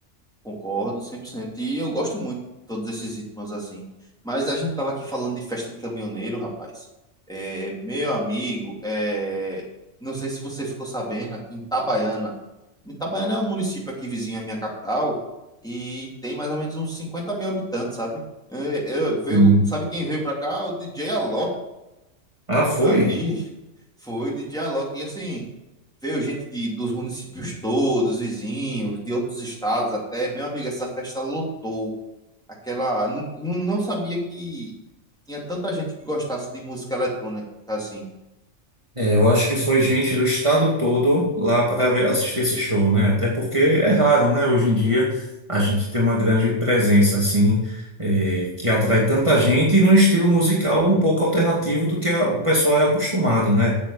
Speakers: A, in the centre; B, on the right.
A: Concordo, 100%. E eu gosto muito de todos esses ritmos assim. Mas a gente tava aqui falando de festa de caminhoneiro, rapaz. É, meu amigo, é, não sei se você ficou sabendo, aqui em Itabaiana. Itabaiana é um município aqui vizinho à minha capital e tem mais ou menos uns cinquenta mil habitantes, sabe? É, eu- veio,
B: Sim.
A: sabe quem veio pra cá? O DJ Alok,
B: Ah, foi?
A: meu amigo. <laughs> Foi DJ Alok. E assim, veio gente de, dos municípios todos, vizinhos, de outros estados até. Meu amigo, essa festa lotou aquela. Não, não sabia que tinha tanta gente que gostasse de música eletrônica, assim.
B: É, eu acho que foi gente do estado todo lá para ver- assistir esse show, né? Até porque é raro, né? Hoje em dia a gente tem uma grande presença assim, é, que atrai tanta gente e num estilo musical um pouco alternativo do que a- o pessoal é acostumado, né?